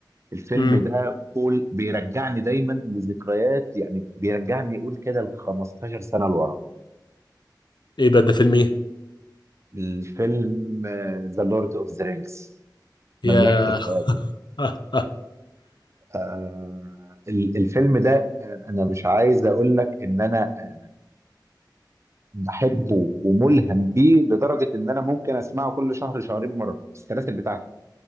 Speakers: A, on the right (about 35°); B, on the left (about 70°).
A: الفيلم
B: امم
A: ده قول بيرجعني دايما لذكريات يعني بيرجعني يقول كده ل 15 سنه لورا
B: ايه بقى ده فيلم ايه
A: الفيلم ذا لورد اوف ذا رينجز
B: يا
A: مملكة الخواتم
B: <laughs>
A: آه ال- الفيلم ده آه، انا مش عايز اقول لك ان انا آه، بحبه وملهم بيه لدرجة ان انا ممكن اسمعه كل شهر شهرين مرة السلاسل بتاعته